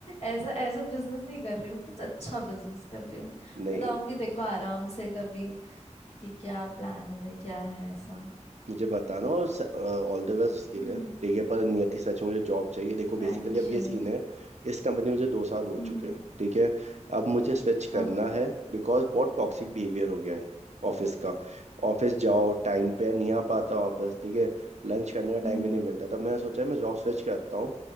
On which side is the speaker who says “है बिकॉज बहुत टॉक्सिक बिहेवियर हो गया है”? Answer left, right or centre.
Right